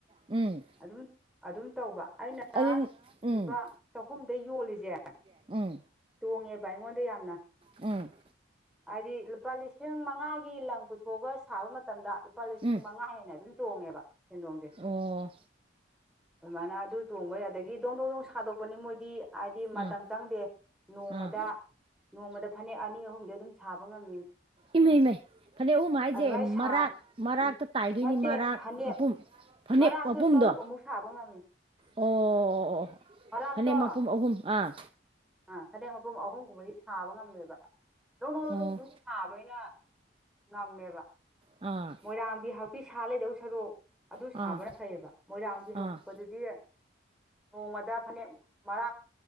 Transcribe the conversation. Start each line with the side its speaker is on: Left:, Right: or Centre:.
Right: ꯎꯝ
Centre: ꯑꯗꯨꯝ ꯑꯗꯨꯝ ꯇꯧꯕ ꯑꯩꯅ
Right: ꯑꯗꯨ ꯎꯝ
Centre: ꯂꯨꯄꯥ ꯆꯍꯨꯝꯗ ꯌꯣꯜꯂꯤꯁꯦ
Right: ꯎꯝ
Centre: ꯍꯣꯡꯉꯦꯕ ꯑꯩꯉꯣꯟꯗ ꯌꯥꯝꯅ
Right: ꯎꯝ
Centre: ꯍꯥꯏꯗꯤ ꯂꯨꯄꯥ ꯂꯤꯁꯤꯡ ꯃꯉꯥꯒꯤ ꯂꯪ ꯄꯨꯊꯣꯛꯑꯒ ꯁꯥꯕ ꯃꯇꯝꯗ ꯂꯨꯄꯥ ꯂꯤꯁꯤꯡ
Right: ꯎꯝ
Centre: ꯃꯉꯥ ꯍꯦꯅ ꯑꯗꯨꯝ ꯇꯣꯡꯉꯦꯕ ꯁꯦꯟꯗꯣꯡꯁꯦ
Right: ꯑꯣ
Centre: ꯑꯗꯨꯃꯥꯏꯅ ꯑꯗꯨ ꯇꯣꯡꯕ ꯑꯗꯒꯤ ꯗꯣꯡ ꯗꯣꯡ ꯗꯣꯡ ꯁꯥꯗꯣꯛꯄꯅꯤ ꯃꯣꯏꯗꯤ ꯍꯥꯏꯗꯤ ꯃꯇꯝ
Right: ꯑꯥ
Centre: ꯆꯪꯗꯦ ꯅꯣꯡꯃꯗ
Right: ꯑꯥ
Centre: ꯅꯣꯡꯃꯗ ꯐꯅꯦꯛ ꯑꯅꯤ ꯑꯍꯨꯝꯗꯤ ꯑꯗꯨꯝ ꯁꯥꯕ ꯉꯝꯃꯤ
Right: ꯏꯃꯩ ꯏꯃꯩ ꯐꯅꯦꯛ ꯑꯍꯨꯝ ꯍꯥꯏꯁꯦ
Centre: ꯑꯗꯨꯃꯥꯏꯅ
Right: ꯃꯔꯥꯛ
Centre: ꯁꯥ
Right: ꯃꯔꯥꯛꯇ
Centre: ꯎꯝ
Right: ꯇꯥꯏꯗꯣꯏꯅꯤ
Centre: ꯅꯠꯇꯦ
Right: ꯃꯔꯥꯛ
Centre: ꯐꯅꯦꯛ
Right: ꯃꯄꯨꯝ ꯐꯅꯦꯛ
Centre: ꯃꯔꯥꯛꯛꯇꯨ
Right: ꯃꯄꯨꯝꯗꯣ
Centre: ꯇꯔꯨꯛ ꯑꯃꯨꯛ ꯁꯥꯕ ꯉꯝꯃꯤ
Right: ꯑꯣ ꯑꯣ
Centre: ꯃꯔꯥꯛꯇꯣ
Right: ꯐꯅꯦꯛ ꯃꯄꯨꯝ ꯑꯍꯨꯝ ꯑꯥ
Centre: ꯑꯥ ꯐꯅꯦꯛ ꯃꯄꯨꯝ ꯑꯍꯨꯝꯒꯨꯝꯕꯗꯤ ꯁꯥꯕ ꯉꯝꯃꯦꯕ ꯅꯣꯡ ꯅ
Right: ꯑꯣ
Centre: ꯅꯣꯡꯁꯨ ꯁꯕꯩꯂ ꯃꯥꯃꯕ
Right: ꯑꯥ
Centre: ꯃꯣꯏꯔꯕꯤꯍꯕꯤ ꯁꯂꯦꯗꯧ ꯁꯔꯨꯛ ꯑꯗꯨ
Right: ꯑꯥ
Centre: ꯁꯥꯕꯅ ꯐꯩꯑꯕ ꯃꯣꯏꯔꯥꯡꯒꯤ
Right: ꯑꯥ
Centre: ꯍꯛꯄꯗꯨꯗꯤ ꯅꯣꯡꯃꯗ ꯐꯅꯦꯛ ꯃꯔꯥꯛ